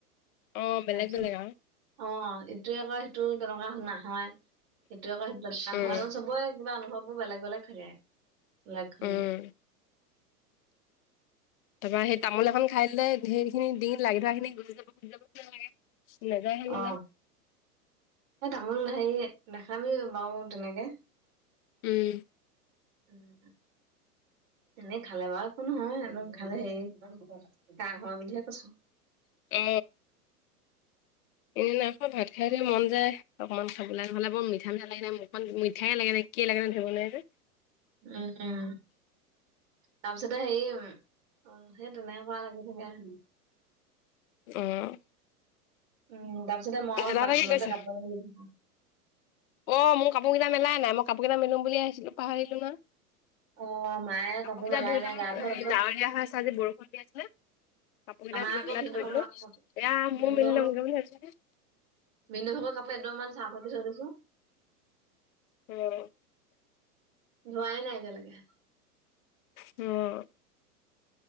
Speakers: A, on the left (about 60°); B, on the right (about 55°).
A: অ বেলেগ
B: তাৰপিছত
A: বেলেগ আও
B: অ ইটোয়ে আকৌ সেইটো তেনেকুৱা নহয় সিটোয়ে আকৌ সেইটো <unintelligible>
A: উম
B: নহয় জানো কিবা অনুভৱ বোৰ বেলেগ বেলেগ থাকে। <unintelligible>
A: উম তাপা সেই তামোল এখন খাই দিলে সেইখিনি ডিঙ লাগি ধৰা খিনি গলি যাব গুছি যাব গুছি যাব কি লাগে নেযায় হে নেযায়
B: অ এই তামোল সেই নেখাবি বাও তেনেকে
A: উম
B: উম এনেই খালে বা একো নহয় এইটো খালে হেৰি কাহ হোৱা বুলিহে কৈছো
A: এ এদিনা ভাত খাই উঠি মন যায় অকমান খাবলে নহ'লে বৰ মি মিঠা মিঠা লাগি থাকে মুখখন, মিঠাই লাগে নে কি লাগে ধৰিব নোৱাৰি যে
B: উম তাৰপিছতে সেই তেনে কৰা লাগি থাকে
A: উম
B: উম তাৰ পাছতে মই আও
A: দাদা
B: বাথৰুমত
A: কি কৰিছে?
B: যে কাপোৰ মেলি <unintelligible>
A: অ মোৰ কাপোৰকেইটা মেলাই নাই মই কাপোৰ কেইটা মেলো বুলি আহিছিলোঁ পাহৰিলো না
B: অ মায়ে
A: কাপোৰ কেইটা
B: মেলাই
A: ধুই
B: নাই
A: থলো
B: গা
A: সেই
B: ধোৱা তাৰপিছত
A: ডাৱৰীয়া হৈ আছে আজি বৰষুণ দি আছিলে কাপোৰ কেইটা
B: আমাৰ
A: ধই
B: আকৌ
A: পেলাই
B: ভিনদেউহতৰ
A: থৈ দিলো,
B: কাপোৰ
A: এয়া মোৰ
B: ভিনদেউহতৰ
A: মেলি লমগে বুলি ভাবিছোঁ।
B: ভিনদেউ ভাগৰ কাপোৰ এদমমান ছাৰ্ফত থৈ দি থৈ দিছোঁ।
A: উম।
B: ধোৱাই নাই এতিয়ালৈকে।
A: উম।